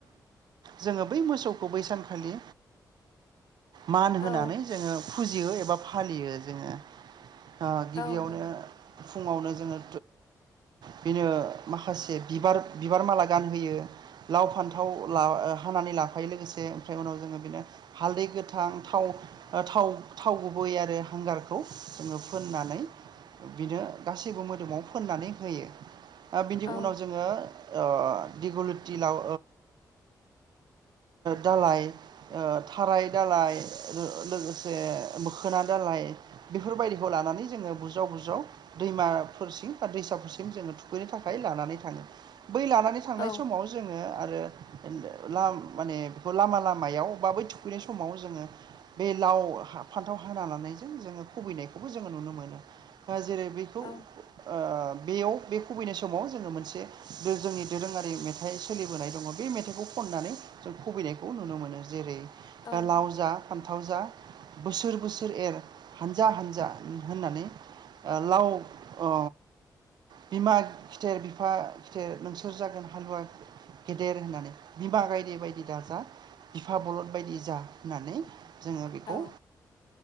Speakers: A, on the right (about 75°); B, on the left (about 65°).
A: जोङो बै मोसौखौ बै सानखालि मान होनानै
B: औ
A: जोङो फुजियो एबा फालियो जोङो। ओ गिबियावनो
B: औ नंगौ
A: फुङावनो जोङो बेनो माखासे बिबार बिबार माला गानहोयो लाव फान्थाव ला हानानै लाखायो लोगोसे ओमफ्राय उनाव जोङो बिनो हालदै गोथां थाव थाव थाव गुबै आरो हांगारखौ जोङो फोननानै बिनो गासैबो मोदोमाव फोननानै होयो दा बिनि
B: औ
A: उनाव जोङो ओ दिगुलुथि लाव दालाय ओ थाराय दालाय लोगोसे मोखोना दालाय बेफोरबायदिखौ लानानै जोङो बुजाव बुजाव दैमाफोरसिं दैसाफोरसिम जोङो थुखैनो थाखाय लानानै थाङो बै लानानै थांनाय
B: औ
A: समाव जोङो आरो माने बेखौ लामा लामायाव बा बै थुखैनाय समाव जोङो बे लाव फान्थाव हा लानायजों जोङो खुबैनायखौबो जोङो नुनो मोनो जेरै बे खौ ओ
B: औ
A: बेयाव बे खुबैनाय समाव जोङो मोनसे जोंनि दोरोङारि मेथाइ सोलिबोनाय दङ बे मेथ फिथाइखौ खननानै जों खुबैनायखौ नुनो मोनो जेरै
B: औ
A: लाव जा फान्थाव जा बोसोर बोसोर एर हानजा हानजा होननानै लाव ओ बिमा खिथेर बिफा खिथेर नोंसोर जागोन हालुवा गे गेदेर होननानै बिमा गायद बायदि दा जा बिफा बलद बायदि जा होननानै जोङो बेखौ
B: औ